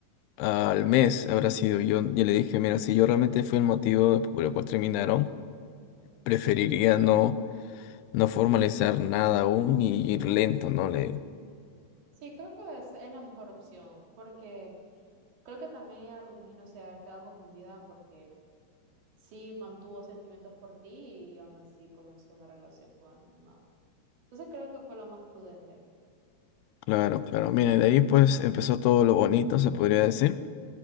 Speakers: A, on the left; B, on the right.
A: Al mes habrá sido yo, yo le dije, mira, si yo realmente fui el motivo por el cual terminaron, preferiría no, no formalizar nada aún y ir lento, ¿no? Le digo.
B: Sí, creo que esa es la mejor opción, porque creo que también ella, me imagino, se ha de haber quedado confundida porque sí mantuvo sentimientos por ti y aún así comenzó una relación con alguien más. Entonces creo que fue lo más prudente.
A: Claro, claro. Mira, y de ahí pues empezó todo lo bonito, se podría decir.